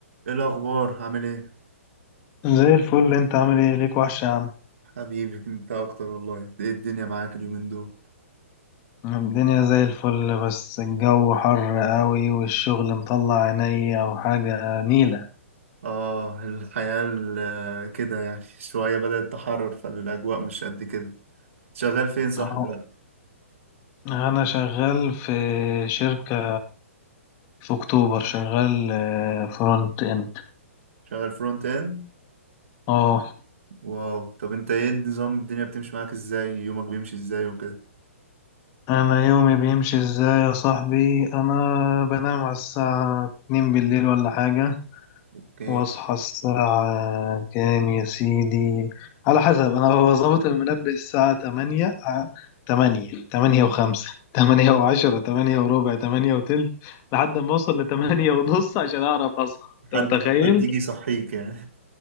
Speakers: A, on the right; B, on the left.
A: ايه الاخبار عامل ايه
B: زي الفل انت عامل ايه ليك وحش يا عم
A: حبيبي انت اكتر والله ايه الدنيا معاك اليومين دول
B: الدنيا زي الفل بس الجو حر قوي والشغل مطلع عينيا وحاجة نيلة
A: اه الحياة ال- آه، كده يعني <laughs> شوية بدأت تحرر فالاجواء مش قد كده شغال فين صح
B: اهو.
A: دلوقتي
B: انا شغال في شركة في اكتوبر شغال آه، فرونت اند
A: شغال فرونت اند
B: اه
A: واو طب انت ايه النظام الدنيا بتمشي معاك ازاي يومك بيمشي ازاي وكده
B: انا يومي بيمشي ازاي يا صاحبي انا بنام على الساعة 2 بالليل ولا حاجة
A: اوكي
B: واصحى الساعة كام يا سيدي على حسب انا هو ظابط المنبه الساعة تمانية ع- تمانية تمانية وخمسة <laughs> تمانية وعشرة تمانية وربع تمانية وتلت لحد ما اوصل لتمانية ونص عشان اعرف اصحى
A: حد
B: انت متخيل
A: ما حد يجي يصحيك يعني